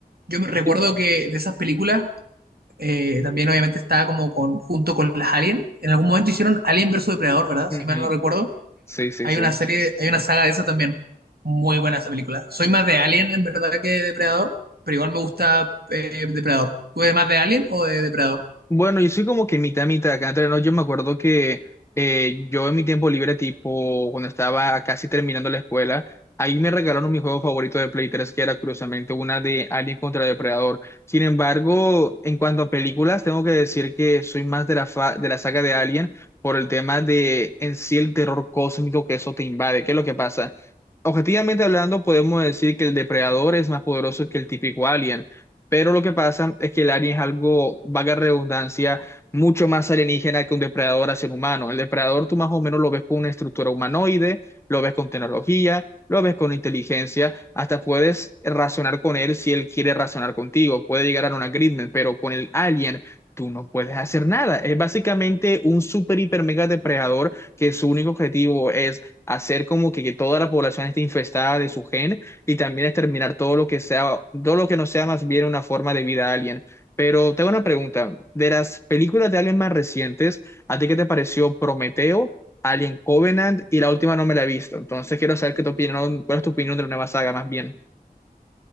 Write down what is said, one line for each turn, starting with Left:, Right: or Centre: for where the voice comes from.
Right: Yo me recuerdo
Left: Sí,
Right: que de esas películas eh, también obviamente estaba como con, junto con las Alien. En algún momento hicieron Alien versus Depredador, ¿verdad?
Left: ujú.
Right: Si mal no recuerdo.
Left: Sí, sí,
Right: Hay
Left: sí.
Right: una serie, hay una saga de esa también. Muy buena esa película. Soy más de Alien en verdad que de Depredador, pero igual me gusta eh, Depredador. ¿Tú eres más de Alien o de Depredador?
Left: Bueno, yo soy como que mitad, mitad acá entre nos. Yo me acuerdo que eh, yo en mi tiempo libre, tipo cuando estaba casi terminando la escuela, ahí me regalaron mi juego favorito de Play 3, que era curiosamente una de Alien contra Depredador. Sin embargo, en cuanto a películas, tengo que decir que soy más de la, fa- de la saga de Alien por el tema de en sí el terror cósmico que eso te invade. ¿Qué es lo que pasa? Objetivamente hablando, podemos decir que el Depredador es más poderoso que el típico Alien. Pero lo que pasa es que el alien es algo, vaga redundancia, mucho más alienígena que un depredador hacia un humano. El depredador tú más o menos lo ves con una estructura humanoide, lo ves con tecnología, lo ves con inteligencia, hasta puedes razonar con él si él quiere razonar contigo, puede llegar a un agreement, pero con el alien tú no puedes hacer nada. Es básicamente un super, hiper, mega depredador que su único objetivo es hacer como que, que toda la población esté infestada de su gen y también exterminar todo lo que sea, todo lo que no sea más bien una forma de vida alien. Pero tengo una pregunta, de las películas de alien más recientes, ¿a ti qué te pareció Prometeo, Alien Covenant y la última no me la he visto? Entonces quiero saber qué tu opinión, cuál es tu opinión de la nueva saga más bien.